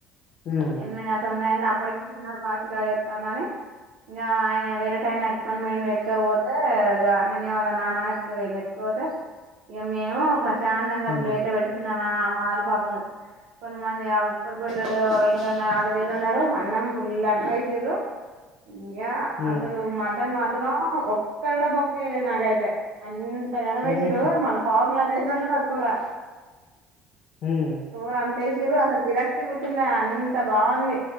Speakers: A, on the left (about 60°); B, on the right (about 80°).
A: హ్మ్.
B: ఎనిమిదిన్నర తొమ్మిది అయింది అప్ అప్పటికి చిన్నొడు వాచి కాక్ చెత్తన్నానే ఇ అయన వేరటైన కొని వేడి ఎకపోతే ఇ అనన్య వాళ్ళ నాన్ననే ఎత్తుకపోయిందు ఎత్తుకపోతే ఇక మేము చానంగా
A: హ్మ్.
B: ప్లేట్లో పెట్టుకొని నామా వాళ్ళు పాపం కొంతమంది ఆ ఉప్పరి పల్లోలు వెంకన్న వాళ్ళ వీళ్లు ఉన్నారు అన్నం ఫుల్ అన్నం వేసింద్రు ఇంకా
A: హ్మ్.
B: అసలు మా టన్ మాత్రం ఒక్కడు కూడా బొక్క వేయలేదు నాకైతే అ గనం
A: హుహుహు.
B: వెసిర్రు మళ్ళీ పావుకి వేసినట్టు ఉన్నారు కూర
A: హ్మ్.
B: కూర అన్ వేసిండ్రు అసలు విరక్తి పుట్టింది అంత బాగుంది